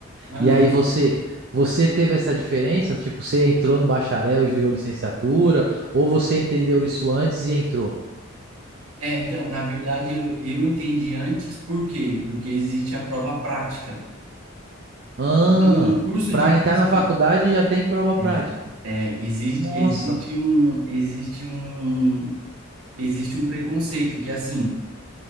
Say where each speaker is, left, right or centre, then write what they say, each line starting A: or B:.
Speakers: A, on the right (about 80°); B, on the right (about 50°).
A: Aham.
B: E aí você, você teve essa diferença? Tipo, você entrou no bacharel e virou licenciatura, ou você entendeu isso antes e entrou?
A: É, então, na verdade, eu, eu entendi antes por quê? Porque existe a prova prática.
B: Ah,
A: No no curso
B: para
A: de
B: entrar
A: música,
B: na faculdade já tem prova prática.
A: é, é, existe,
B: Nossa.
A: existe um, existe um, existe um preconceito que, assim,